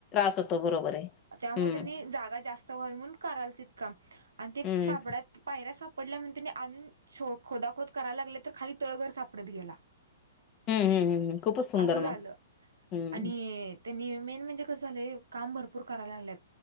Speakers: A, on the left; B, on the right.
A: असतो बरोबर आहे.
B: त्यामुळे
A: हम्म
B: त्यांनी जागा जास्त व्हावी म्हणून करायला तितकाम आणि ते
A: हम्म
B: सापड्या पायऱ्याच फक्त पडल्या म्हण तने अजून खोदाखोद करायला लागले तर खाली तळघर सापडत गेला.
A: हम्म हम्म हम्म खूपच सुंदर
B: असं झालं
A: मग हम्म
B: आणि त्यांनी मेन म्हणजे कस झालंय काम भरपूर करायला लालेत